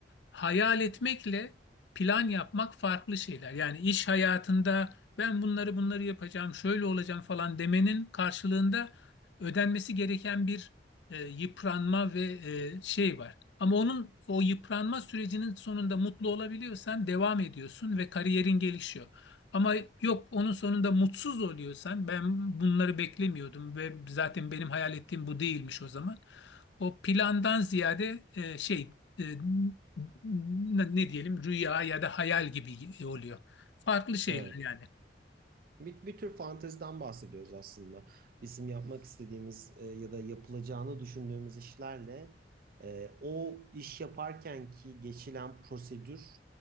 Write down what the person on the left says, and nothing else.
hayal etmekle plan yapmak farklı şeyler. Yani iş hayatında ben bunları bunları yapacağım, şöyle olacağım falan demenin karşılığında ödenmesi gereken bir e, yıpranma ve e, şey var. Ama onun o yıpranma sürecinin sonunda mutlu olabiliyorsan devam ediyorsun ve kariyerin gelişiyor. Ama yok onun sonunda mutsuz oluyorsan ben bunları beklemiyordum ve zaten benim hayal ettiğim bu değilmiş o zaman. O plandan ziyade e, şey e, ne ne diyelim rüya ya da hayal gibi oluyor. Farklı şeyler
yani.